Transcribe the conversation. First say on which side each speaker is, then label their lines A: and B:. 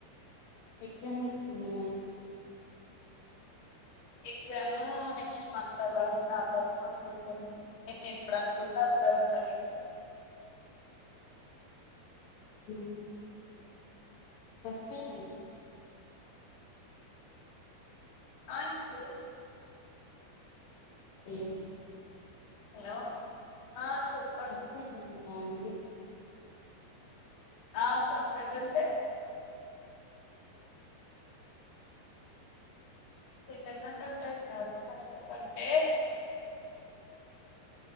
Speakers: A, on the left; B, on the left.
A: ఎగ్జామ్ అయిపోయినాయన్
B: ఎగ్జామ్ నెక్స్ట్ మంత్ అర్వా రానా తప్పా అనుకుంటు నేను ఎప్పుడు అనుకుంటే అప్పుడే ఉంటాది ఎగ్జామ్
A: హ్మ్ ఫస్ట్ అటెమ్ట్ ఆ
B: ఐసే
A: హలో
B: హలో ఆ చెప్పండి
A: ఫస్టెమ్ రాండి
B: ఆ ఫస్ట్ అటెంప్ట్ ఏ ఇంట ట ట కాదు ఫస్ట్ అటెమ్ట్ ఏ